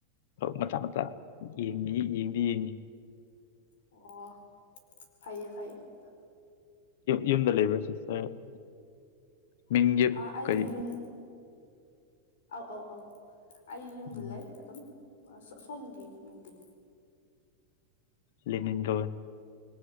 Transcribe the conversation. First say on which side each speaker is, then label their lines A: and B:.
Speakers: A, on the left; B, on the left.
A: ꯃꯆꯥ ꯃꯆꯥ ꯌꯦꯡꯉ ꯌꯦꯡꯗꯤ ꯌꯦꯡꯉ
B: ꯑꯣ ꯐꯩꯌꯦ ꯐꯩꯌꯦ ꯑꯗꯨ
A: ꯌꯨꯝꯗ ꯂꯩꯕꯕꯁꯤ ꯁꯔ ꯃꯖ
B: ꯑꯥ ꯑꯩ
A: ꯀꯔꯤ
B: ꯌꯨꯝ ꯑꯧ ꯑꯧ ꯑꯧ ꯑꯩ ꯌꯨꯝꯗ
A: ꯎꯝ
B: ꯂꯩ ꯑꯗꯨꯝ ꯑꯁ ꯁꯝ ꯃꯤꯒꯤ
A: ꯂꯅꯤꯒ